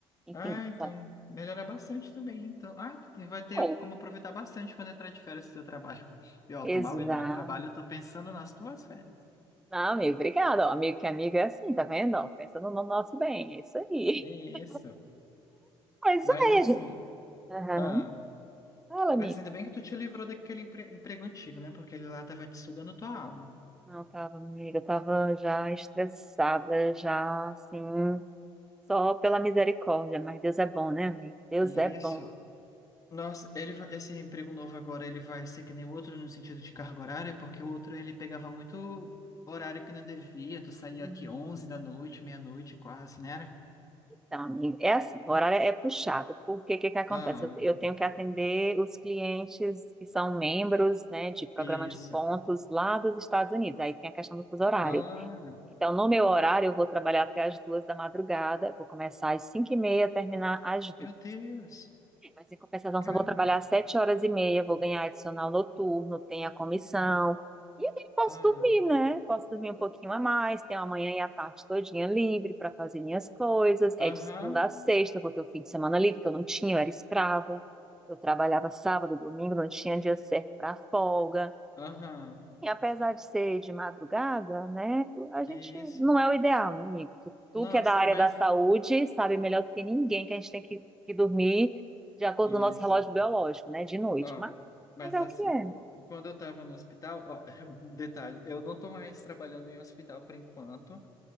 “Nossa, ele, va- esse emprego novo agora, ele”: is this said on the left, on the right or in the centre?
Left